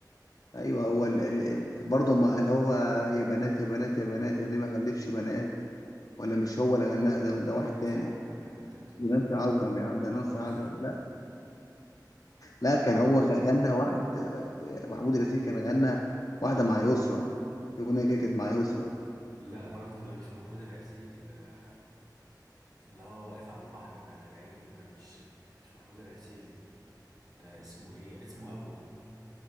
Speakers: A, on the left; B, on the right.
A: ايوه هو ال... ال... ال... برضه ما قال هو يا بنات يا بنات يا بنات يا اللي ما خلفش بنات ولا مش هو اللي غناها ده
B: لا
A: ده واحد
B: دي نانسي
A: تاني
B: عجرم يا عم انت بتقول
A: دي
B: ايه
A: نانسي عجرم يا عم ده
B: اه
A: نانسي عجرم لا لا كان هو غ- غنى واحد آه، محمود اليسير كان غنى واحده مع يسرا في اغنيه كده كانت مع يسرا
B: <laughs> لا برضه ده مش محمود العسيلي ده اللي هو واقف على البحر ب- بعيد ده مش مش محمود العسيلي ده اسمه ايه اسمه ابو